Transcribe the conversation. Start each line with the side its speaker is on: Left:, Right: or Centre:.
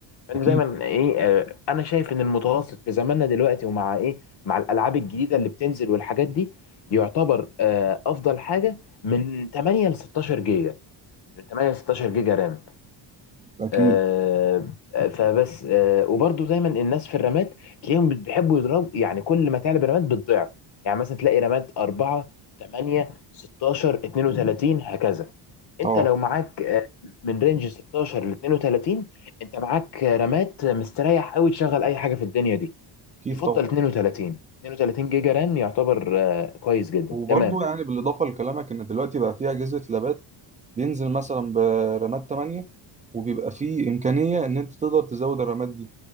Left: فانت
Right: اكيد
Left: دايما ايه آه، انا شايف ان المتوسط في زماننا دلوقتي ومع ايه مع الالعاب الجديده اللي بتنزل والحاجات دي يعتبر آه، افضل حاجه من 8 ل 16 جيجا من 8 ل 16 جيجا رام
Right: اكيد
Left: آه، فبس آه، وبرضو دايما الناس في الرمات تلاقيهم بيحبوا يضربوا يعني كل ما تعلى برمات بالضعف يعني مثلا تلاقي رمات 4 8 16 32 هكذا انت
Right: اه
Left: لو معاك آه، من رينج 16 ل 32 انت معاك آه، رمات مستريح قوي تشغل اي حاجه في الدنيا دي
Right: اكيد
Left: يفضل
Right: طبعا
Left: 32 32 جيجا رام يعتبر آه، كويس جدا
Right: وبرضو
Left: تمام
Right: يعني بالاضافه لكلامك ان دلوقتي بقى في اجهزه لابات بينزل مثلا برامات 8 وبيبقى في امكانيه ان انت تقدر تزود الرامات دي